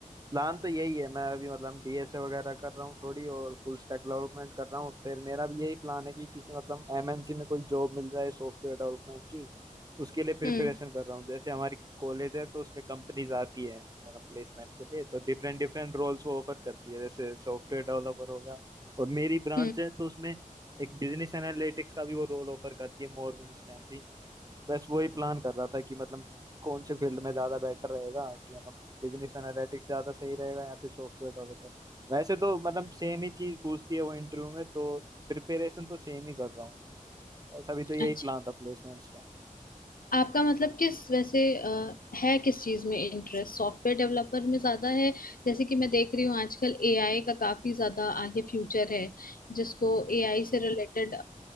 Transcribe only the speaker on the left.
हम्म
हम्म
अच्छा
आपका मतलब किस वैसे अ, है किस चीज में इंटरेस्ट सॉफ्टवेयर डेवलपर में ज्यादा है जैसे कि मैं देख रही हूँ आजकल एआई का काफी ज्यादा आगे फ्यूचर है जिसको एआई से रिलेटेड